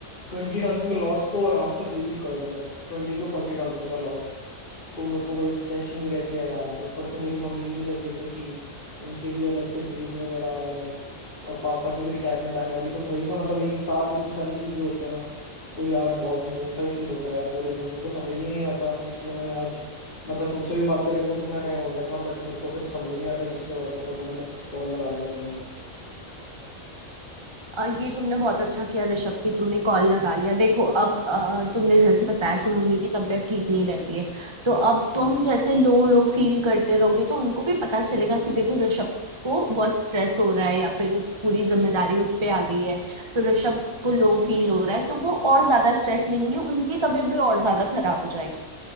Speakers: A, on the left; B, on the right.
A: ट्वेंटी थाउजेंड का लॉस तो आराम से हो ही चुका है अभी तक ट्वेंटी टू फोर्टी थाउजेंड का लॉस तो मेरे को वही टेंशन भी रहती है यार ऊपर से मेरी मम्मी की भी तबीयत नहीं ठीक उनके भी अलग से बिल्स वगैरह हैं और पापा की भी रिटायरमेंट आने वाली तो वही ना मतलब एक साथ इतनी सारी चीजें हो रही है ना तो यार बहुत लो सा ही फील होता है यार पूरे दिन मेरे को समझ ही नहीं आता इसलिए मैंने आज मतलब तुमसे भी बात करें मेरे को कितना टाइम हो गया था बट मेरे को फिर समझ नहीं आ रहा था किससे बात करूं तो मैंने कॉल लगा लिया तुम्हें
B: आ, ये तुमने बहुत अच्छा किया ऋषभ कि तुमने कॉल लगा लिया देखो अब आ, तुमने जैसे बताया कि मम्मी की तबीयत ठीक नहीं रहती है तो अब तुम जैसे लो लो फील करते रहोगे तो उनको भी पता चलेगा कि देखो ऋषभ को बहुत स्ट्रेस हो रहा है या फिर उस पूरी जिम्मेदारी उस पे आ गई है तो ऋषभ को लो फील हो रहा है तो वो और ज्यादा स्ट्रेस लेंगे उनकी तबीयत भी और ज्यादा खराब हो जाएगी